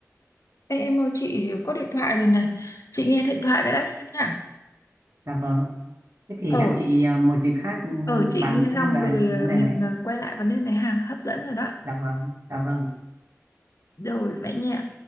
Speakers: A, on the left; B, on the right.
A: Ê, em ơi chị có điện thoại rồi này. Chị nghe điện thoại cái đã em nhá.
B: dạ vâng thế thì
A: Ồ,
B: hẹn chị à, một dịp khác ừ,
A: Ờ chị
B: bàn
A: nghe xong
B: thêm về
A: rồi ờ,
B: vấn đề
A: mình
B: này
A: ờ, quay lại vấn đề này ha hấp dẫn rồi đó
B: dạ vâng dạ vâng
A: rồi vậy nha